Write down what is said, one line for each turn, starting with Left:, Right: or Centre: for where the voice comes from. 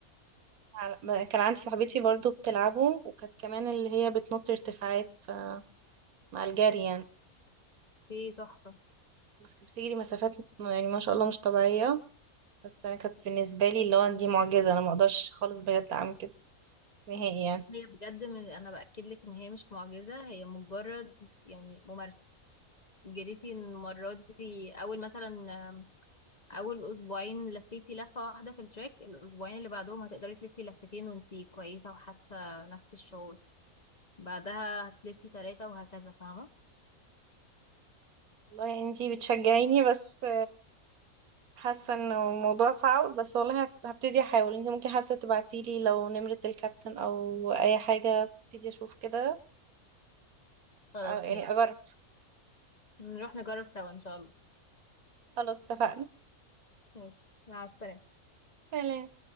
Right: على- كان عندي صاحبتي برضو بتلعبه وكانت كمان اللي هي بتنط ارتفاعات ف- مع الجري يعني
Left: في تحفه
Right: بس كانت بتجري مسافات يعني ما شاء الله مش طبيعيه بس انا كانت بالنسبه لي اللي هو دي معجزه انا ما اقدرش خالص بجد اعمل كده نهائي يعني
Left: هي بجد من انا باكد لك ان هي مش معجزه هي مجرد يعني ممارسه جريتي المره دي اول مثلا آم، اول اسبوعين لفيتي لفه واحده في التراك الاسبوعين اللي بعدهم هتقدري تلفي لفتين وانتي كويسه وحاسه نفس الشعور بعدها هتلفي ثلاثه وهكذا فاهمه
Right: والله يعني انتي بتشجعيني بس حاسه انه الموضوع صعب بس والله هف- هبتدي احاول انت ممكن حتى تبعتيلي لو نمرة الكابتن او اي حاجه ابتدي اشوف كده
Left: خلاص
Right: أو يعني
Left: ماشي
Right: اجرب
Left: نروح نجرب سوا ان شاء الله
Right: خلاص اتفقنا
Left: ماشي مع السلامة
Right: سلام